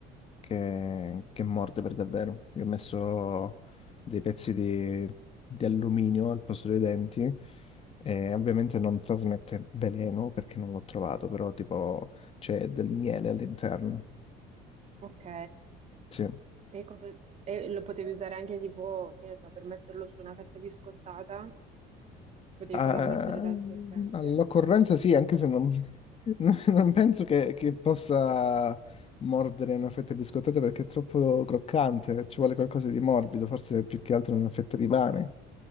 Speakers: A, on the left; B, on the right.
A: che, che morde per davvero. Io ho messo dei pezzi di, di alluminio al posto dei denti e ovviamente non trasmette veleno perché non l'ho trovato, però tipo c'è del miele all'interno.
B: Ok.
A: Sì.
B: E, cosa- e lo potevi usare anche tipo, che ne so, per metterlo su una fetta biscottata, potevi
A: Ah,
B: farla mordere dal serpente.
A: all'occorrenza sì, anche se non, <laughs> non penso che, che possa mordere una fetta di biscottata perché è troppo croccante, ci vuole qualcosa di morbido, forse più che altro una fetta di pane.